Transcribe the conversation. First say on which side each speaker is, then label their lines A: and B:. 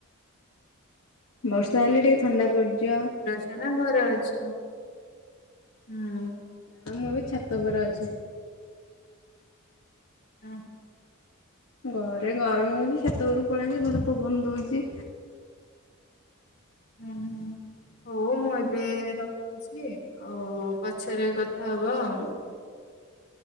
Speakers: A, on the left (about 70°); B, on the left (about 50°).
A: ବର୍ଷାହେଲେ ଟିକେ ଥଣ୍ଡା ପଡିଯିବ।
B: ଏଇନା ଘରେ ଅଛ ହୁଁ।
A: ଆ ମୁଁ ବି ଛାତ ଉପରେ ଅଛି।
B: ହଁ।
A: ଘରେ ଗରମ ହଉଚି ଛାତ ଉପରୁକୁ ପଳେଇଆଇଚି ଭଲ ପବନ ଦଉଛି।
B: ହୁଁ ହୁଁ। ହଉ ମୁଁ ଏବେ ରଖୁଛି ଆଉ ପଛରେ କଥା ହବା ଆଉ।